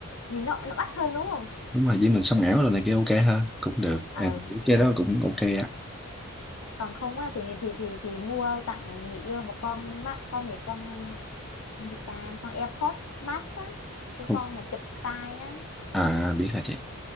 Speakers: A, on the left; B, in the centre.
A: nhìn nó nó bắt hơn đúng không
B: đúng rồi với mình sống ảo rồi này kia ok ha cũng được
A: ờ
B: à, cái
A: ờ
B: đó cũng ok á
A: còn không á thì thì thì thì mua tặng người yêu một con mắt con gì con um, con gì ta con AirPods Max á cái
B: ok
A: con mà chụp tai á
B: à biết rồi chị